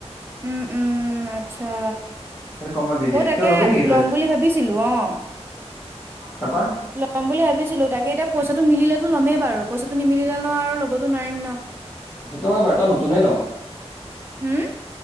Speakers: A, on the right; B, on the left.
A: উম-উম উম আচ্ছা
B: সেইটো কমত দি
A: মই
B: দিয়ে
A: তাকে
B: কিয় ল'বি নেকি
A: লম
B: তই
A: বুলি ভাবিছিলো অ
B: তাপা?
A: ল'ম বুলি ভাবিছিলো তাকে এতিয়া পইচাটো মিলেতো ল'মেই বাৰু পইচাটো নিমিলে ন আৰু ল'বতো নোৱাৰিম ন।
B: সেইটো হয় বাৰ নতুনে ল
A: হুম,